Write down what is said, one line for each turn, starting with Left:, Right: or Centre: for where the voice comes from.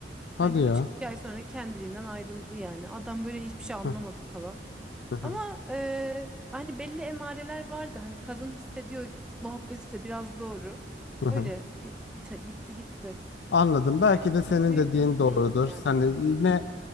Centre: Hani
Left: Hadi
Centre: bir
Left: ya.
Centre: buçuk iki ay sonra kendiliğinden ayrıldı yani. Adam böyle hiçbir şey anlamadı
Left: Hı hı
Centre: falan.
Left: hı hı
Centre: Ama e, hani belli emareler vardı. Hani kadın hissediyor muhabbeti de biraz doğru.
Left: hı
Centre: Öyle
Left: hı.
Centre: bit, bit- bitti gitti.
Left: Anladım. Belki
Centre: Ee,
Left: de senin
Centre: Yüzde yüz
Left: dediğin
Centre: emin
Left: doğrudur.
Centre: değiliz yani.
Left: Sen de yine